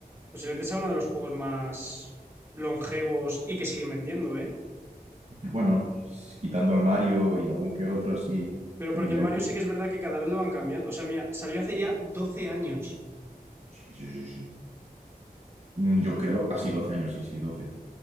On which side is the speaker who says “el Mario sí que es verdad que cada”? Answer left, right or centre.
Right